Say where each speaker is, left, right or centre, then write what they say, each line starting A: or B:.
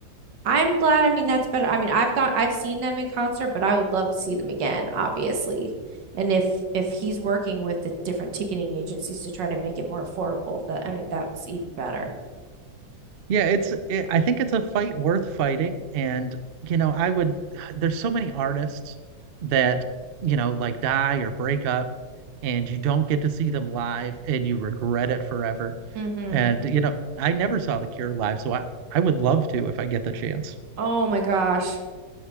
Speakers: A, on the right; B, on the right.
A: I'm glad. I mean, that's better. I mean, I've got I've seen them in concert, but I would love to see them again, obviously. And if if he's working with the different ticketing agencies to try to make it more affordable, that I mean, that's even better.
B: Yeah, it's it, I think it's a fight worth fighting. And you know, I would <sighs> there's so many artists that you know like die or break up and you don't get to see them live and you regret it forever.
A: Mm-hmm.
B: And you know, I never saw The Cure live, so I I would love to if I get the chance.
A: Oh my gosh.